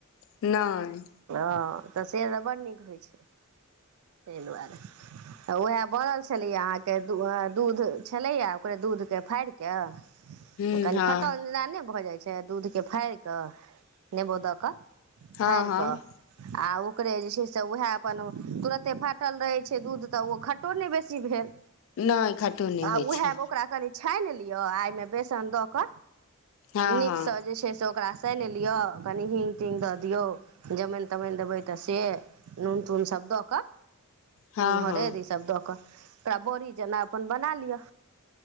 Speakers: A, on the left; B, on the right.
A: नहि
B: हँ तऽ से तऽ बड नीक होइ छै ताहि दुआरे तऽ उएह बोलल छलै अहाँ के दूध छलैया ओकरे दूधके फाड़ि के
A: ह्म
B: कनि
A: हँ
B: फटल ने भऽ जाइ छै दूधके फाड़ि कऽ नेबो दऽ कऽ
A: हँ
B: फाड़ि
A: हँ
B: कऽ आ ओकरे जे छै से उएह अपने तुरन्ते फाटल रहैत छै दूध तऽ ओ खटो नहि बेसी भेल
A: नहि खट्टो नहि
B: आ
A: होइ
B: ओ
A: छै
B: है मकरा क न छानि लियअ एहिमे बेसन दऽ कऽ
A: हँ
B: नीकसँ
A: हँ
B: जे छै से ओकरा सनि लिय कनि हिंग तिंगग दऽ दियऔ जमैन तमानि देबै तऽ से नून तून सब दऽ कऽ
A: हँ
B: नून
A: हँ
B: हरद इसभ दऽ कऽ ओकरा बड़ी जेना अपन बना लिअ